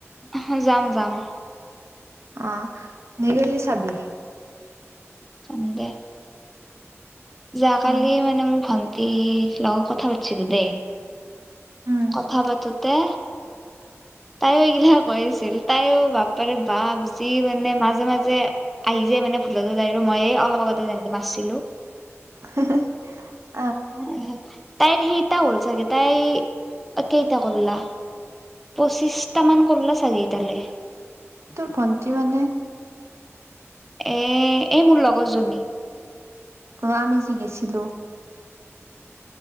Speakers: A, in the centre; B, on the right (about 65°).
A: হে যাম যাম
B: অ নিগেলি চাবি
A: চামে দে যোৱা কালি
B: উম,
A: মানে মোৰ ভান- ন্টি লগত কথা পাতিছিলো দেই
B: উম,
A: কথা পাতোতে তাইও এইগিলা কৈ আছিল তাইও বাপাৰে বাপ যি মানে মাজে মাজে আহি যায় মানে ভুলতো যায় আৰু মইে অলপ আগতে যেনেকে মাৰছিলো
B: হে হে
A: উ তাইৰ সেইটা হ'ল চাগে তাই কেইটা কৰলা পঁচিছ টামান কৰলা চাগে এটালৈ
B: তোৰ ভণ্টি মানে
A: এ এ মোৰ লগৰজনী
B: অ আমি যি গৈছিলো